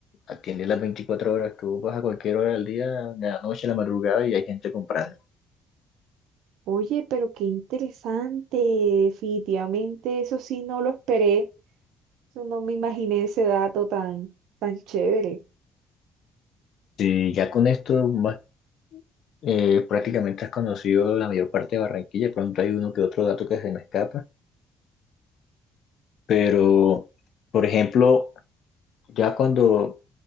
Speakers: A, on the left; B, on the right.
A: atiende las 24 horas, tú vas a cualquier hora del día, de la noche, de la madrugada y hay gente comprando.
B: Oye, pero qué interesante, definitivamente eso sí no lo esperé. Yo No me imaginé ese dato tan, tan chévere.
A: y ya con esto más, eh, prácticamente has conocido la mayor parte de Barranquilla, de pronto hay uno que otro dato que se me escapa Pero, por ejemplo, ya cuando